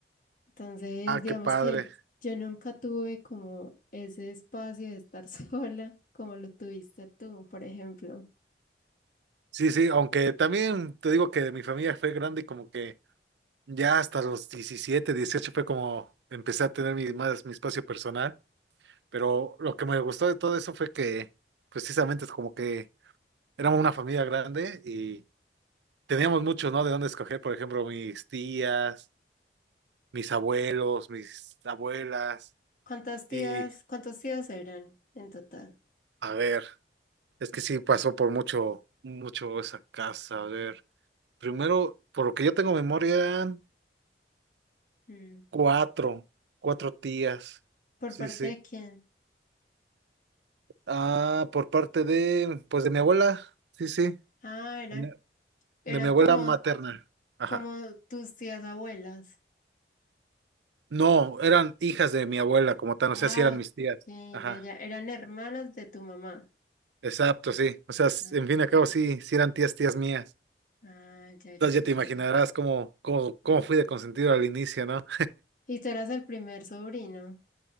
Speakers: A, on the left; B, on the right.
A: Entonces,
B: Ah, qué
A: digamos
B: padre.
A: que yo nunca tuve como ese espacio de estar <laughs> sola como lo tuviste tú, por ejemplo.
B: Sí, sí, aunque también te digo que mi familia fue grande y como que Ya hasta los 17, 18 fue como empecé a tener mi, más mi espacio personal, pero lo que me gustó de todo eso fue que precisamente es como que éramos una familia grande y teníamos muchos, ¿no? De dónde escoger, por ejemplo, mis tías, mis abuelos, mis abuelas
A: ¿Cuántas tías,
B: y
A: cuántos tíos eran en total?
B: a ver, es que sí pasó por mucho, mucho esa casa, a ver. Primero, por lo que yo tengo memoria, eran
A: Mm,
B: cuatro, cuatro tías.
A: ¿Por
B: Sí,
A: parte
B: sí.
A: de quién?
B: Ah, por parte de, pues de mi abuela, sí, sí,
A: Ah, eran,
B: de mi
A: eran
B: de mi abuela
A: como,
B: materna. Ajá.
A: como tus tías abuelas.
B: No, eran hijas de mi abuela como tal, o
A: Ah,
B: sea, sí eran
A: ok,
B: mis tías. Ajá.
A: ya, ya. Eran hermanas de tu mamá.
B: Exacto, sí. O sea, s-
A: Ah.
B: en fin y al cabo, sí, sí eran tías, tías mías.
A: Ah, ya,
B: Entonces
A: ya, ya
B: ya te imaginarás
A: sé.
B: cómo, cómo, cómo fui de consentido al inicio, ¿no?
A: Y tú eras el primer sobrino.